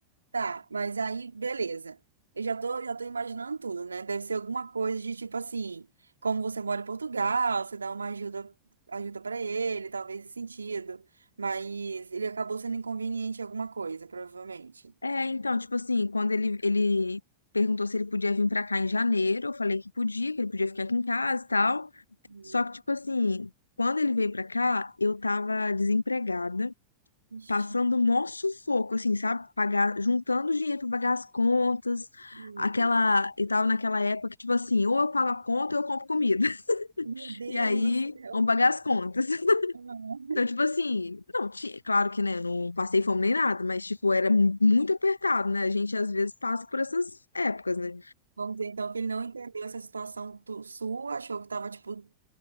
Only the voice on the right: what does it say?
Tá, mas aí, beleza. Eu já tô, já tô imaginando tudo, né? Deve ser alguma coisa de tipo assim, como você mora em Portugal, você dá uma ajuda, ajuda para ele, talvez esse sentido. Mas ele acabou sendo inconveniente em alguma coisa, provavelmente.
Uhum.
Ixi,
meu
Deus.
Meu Deus
do céu.
<laughs> Não.
Vamos dizer então que ele não entendeu essa situação tu- sua, achou que tava tipo